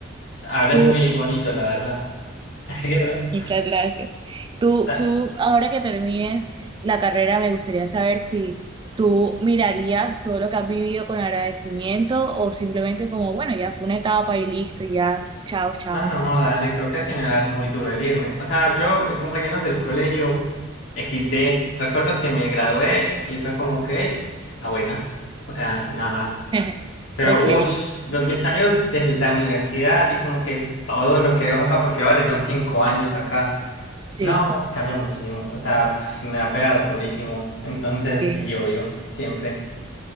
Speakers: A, on the left (about 80°); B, on the right (about 25°).
A: hablas
B: Tú,
A: muy bonito, la verdad. <laughs>
B: muchas gracias. Tú,
A: Pero,
B: tú, ahora que termines la carrera, me gustaría saber si tú mirarías todo lo que has vivido con agradecimiento o simplemente como, bueno, ya fue una etapa y listo, ya, chao, chao.
A: Ah, no, dale, creo que se me va a dar muy duro el irme. O sea, yo, mis compañeros del colegio XD, recuerdo que me gradué y fue como que la buena. O sea, nada más.
B: <laughs>
A: Pero,
B: Ok,
A: uff, mis amigos de la universidad y como que todo lo que dejo acá, porque vale, son cinco años acá.
B: sí.
A: No, cambia muchísimo. O sea, pues, me va a pegar durísimo. Entonces,
B: sí.
A: sí, obvio, siempre.